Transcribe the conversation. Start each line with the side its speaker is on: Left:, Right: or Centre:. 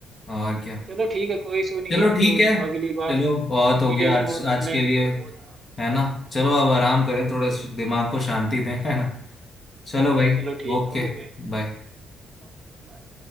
Left: और क्या
Right: चलो ठीक है कोई इशू नहीं
Left: चलो
Right: है
Left: ठीक
Right: तो
Left: है
Right: अगली बार
Left: चलो बहुत हो
Right: डिटेल
Left: गया आज
Right: में और कर
Left: आज के
Right: लेंगे
Left: लिए
Right: थोड़ा बहुत हाँ
Left: है ना चलो अब आराम करें
Right: हाँ,
Left: थोड़े
Right: बिल्कुल
Left: दिमाग को शांति दें है ना चलो
Right: हाँ
Left: भाई
Right: चलो ठीक
Left: ओके
Right: है ओके
Left: बाय
Right: Okay bye